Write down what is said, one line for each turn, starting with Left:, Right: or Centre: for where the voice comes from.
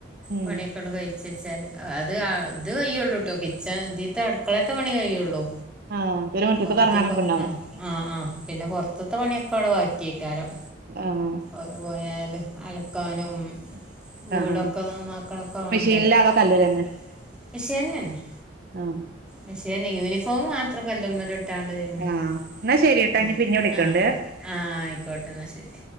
Right: ഉം
Centre: പണിയൊക്കെണ് കഴി ചേച്ചാല് അത് ഇത് കയ്യുള്ളൂ ട്ടോ കിച്ചൻ ഇതീത്തെ അടുക്കളത്തെ പണി കഴിയുള്ളൂ
Right: ആഹ്‌ പിന്നെ മുറ്റത്ത്ക്ക്
Centre: ബാക്കിപ്പോ
Right: എറങ്ങാനൊക്കെണ്ടാവും
Centre: ആഹ് ആഹ് ആഹ് പിന്നെ പൊറത്ത്ത്തെ പണിയൊക്കെ അവിടെ ബാക്കി അയ്ക്കാരം
Right: ആഹ്‌
Centre: ഓല് പോയാല് അലക്കാനും വീടൊക്കെ
Right: ആഹ് ആഹ്
Centre: നന്നാക്കണൊക്കെ വേണ്ടേ
Right: മെഷീനിലാ
Centre: മിഷീനിലാണോ
Right: അതോ കല്ലിലന്നെ
Centre: കല്ലിലാണോ മിഷീൻലെന്നെ
Right: ആഹ്
Centre: മഷീൻ യൂണിഫോം മാത്ര കല്ല് ഒന്നിട്ട് ട്ടാണ്ട് തിരുമ്പും
Right: ആഹ് ഇന്നാ ശരിട്ടോ
Centre: ന്നാ
Right: ഇനി
Centre: ശെരി
Right: പിന്നെ
Centre: ട്ടോ
Right: വിളിക്കണ്ട്
Centre: ആഹ്‌ ആ ആയിക്കോട്ടെ എന്നാ ശരി